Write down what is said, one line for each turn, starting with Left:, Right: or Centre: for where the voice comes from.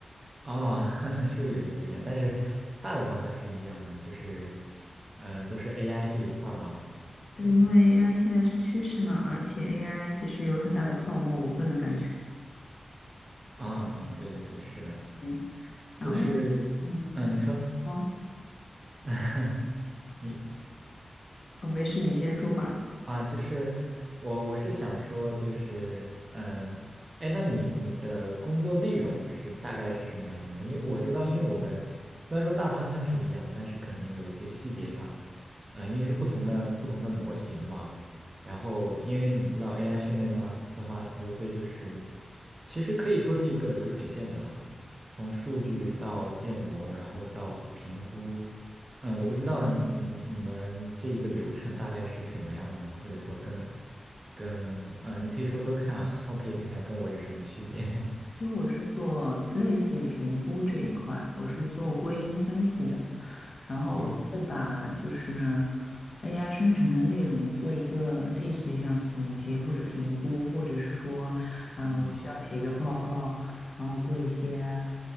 Right: 哦，<laughs> 是有一些不一样，但是大的方向是一样的，就是，嗯、都是 AI 这一块儿嘛。
Left: <laughs> 对，因为 AI 现在是趋势嘛，而且 AI 其实有很大的泡沫，我个人感觉。
Right: 嗯嗯，对对对，是的，
Left: 嗯，然后，
Right: 就是，
Left: 嗯，
Right: 嗯，你说，
Left: 哦，
Right: <laughs> 你。
Left: 哦，没事，你先说吧。
Right: 啊，就是我我是想说，就是嗯，哎，那你你的工作内容是大概是什么样的呢？因为我知道，因为我们虽然说大方向是一样的，但是肯定有一些细节上，嗯，因为是不同的不同的模型嘛。然后，因为你知道 AI 训练的话的话，它无非就是其实可以说是一个流水线的嘛，从数据到建模，然后到评估。嗯，我不知道你你们这一个流程大概是什么样的呢？或者说跟跟呃，你可以说说看啊，<laughs> 我可以看看跟我有什么区别。<laughs>
Left: 因为我是做类似于评估这一块，我是做归因分析的。然后我会把就是
Right: 哦，
Left: AI 生成的内容做一个类似于像总结或者评估，或者是说，嗯、
Right: 嗯
Left: 我需要写个报告，然后做一些，